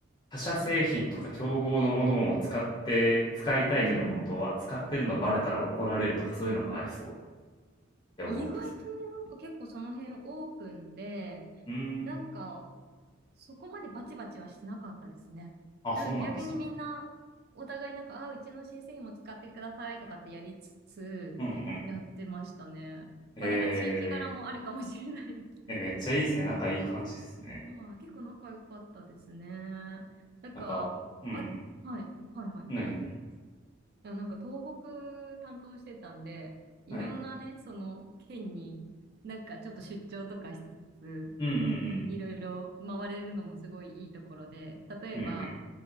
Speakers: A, on the left; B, on the right.
A: 他社製品とか競合のものを使って、使いたいけど本当は、
B: うんうん
A: 使ってるのバレたら怒られるとかそういうのもありそうって思ったですね。
B: 意外とね、なんか結構その辺オープンで、
A: うーん。
B: なんかそこまでバチバチはしてなかったですね。
A: あ、
B: なんか逆にみんなお互いなんか、
A: そうなんですね。
B: あ、うちの新製品も使ってくださいとかってやりつつやってましたね。
A: うんうん。え
B: まあなんか地域柄もあるかもしれないですけど。
A: え、え、めっちゃいいですね。
B: <laughs>
A: 仲いい感じですね。
B: はい、結構仲良かったですね。なんか、
A: なんか、うん。
B: あ、はい、はい、はい。
A: 何にな
B: いや、なんか東北担当してたんで、いろんなね、
A: はい。
B: その県になんかちょっと出張とかしつつ、
A: うんうんうん。
B: いろいろ回れるのもすごいいいところで、例えば
A: うんうん。